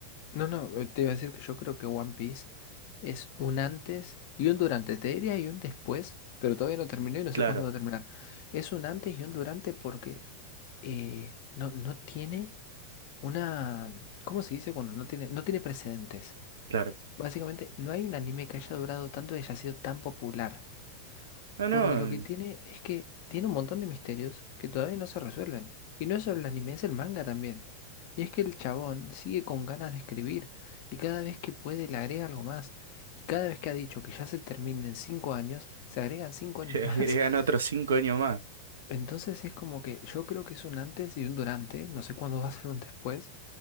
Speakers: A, on the left; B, on the right.
A: no, no, eh, te iba a decir que yo creo que One Piece es un antes y un durante. Te diría y un después, pero todavía no terminó y no
B: claro,
A: sé cuándo va a terminar. Es un antes y un durante porque eh, no, no tiene. una, ¿cómo se dice cuando no tiene, no tiene precedentes?
B: claro.
A: Básicamente, no hay un anime que haya durado tanto y haya sido tan popular.
B: No, no,
A: Porque lo que tiene es que tiene un montón de misterios que todavía no se resuelven. Y no es solo el anime, es el manga también. Y es que el chabón sigue con ganas de escribir y cada vez que puede le agrega algo más. Y cada vez que ha dicho que ya se termina en cinco años, se agregan cinco
B: <laughs>
A: años
B: agregan
A: más. <laughs>
B: otros cinco años más.
A: Entonces es como que yo creo que es un antes y un durante, no sé cuándo va a ser un después